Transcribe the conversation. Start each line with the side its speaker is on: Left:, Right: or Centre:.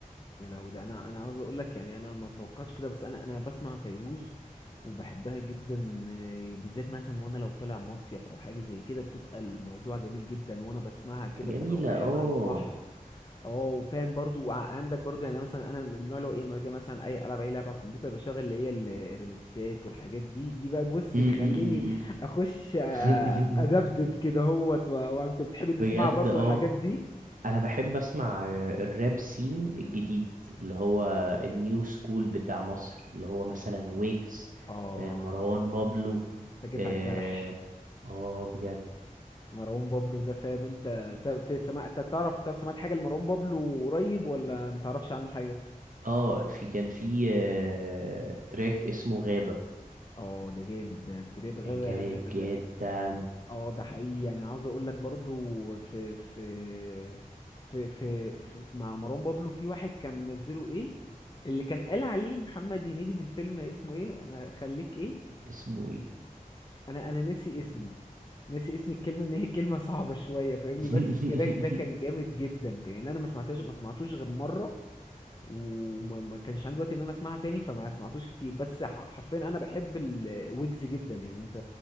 Left: يا لهوي ده انا انا عاوز اقول لك يعني انا ما توقعتش كده بس انا انا بسمع فيروز وبحبها جدا إيه، بالذات مثلا وانا لو طالع مصيف او حاجه زي كده بتبقى الموضوع جميل جدا وانا بسمعها كده
Right: جميلة
Left: في الروقان
Right: اه
Left: على البحر اه وفاهم برضو وعندك برضو يعني أنا مثلا انا من النوع اللي هو ايه لما باجي مثلا اي العب اي لعبه على الكمبيوتر بشغل اللي هي الريميكسات والحاجات دي دي بقى بص
Right: م-
Left: بتخليني
Right: م-
Left: اخش آه،
Right: م-
Left: ادبدب
Right: م. <laughs>
Left: كده هوت و- وانت بتحبي
Right: بجد
Left: تسمعها برضو
Right: اه
Left: الحاجات دي
Right: انا بحب اسمع آه، الراب سين الجديد اللي هو النيو سكول بتاع مصر اللي هو مثلا ويجز
Left: اه
Right: آه، مروان بابلو
Left: انت جيت
Right: اه
Left: على الجرح
Right: آه، بجد
Left: مروان بابلو ده فاهم انت انت بتسمع انت تعرف طب سمعت حاجه لمروان بابلو قريب ولا متعرفش عنه حاجه
Right: اه في كان في آه، تراك اسمه غابة
Left: اه ده جامد ده التريب
Right: كان
Left: غابة
Right: جامد
Left: غابة ده
Right: جدا
Left: اه ده حقيقي يعني عاوز اقول لك برضو في في في في, في مع مروان بابلو في واحد كان منزله ايه اللي كان قال عليه محمد هنيدي في الفيلم اسمه ايه خليك ايه
Right: اسمه ايه
Left: انا انا ناسي اسمه ناسي اسم الكلمه ان هي كلمه صعبه شويه فاهمني
Right: <laughs>
Left: بس التراك ده كان جامد جدا كان يعني انا ما سمعتهاش ما سمعتوش غير مره وما ما كانش عندي وقت ان انا اسمعها تاني فما سمعتوش كتير بس ح- حرفيا انا بحب الويجز جدا يعني انت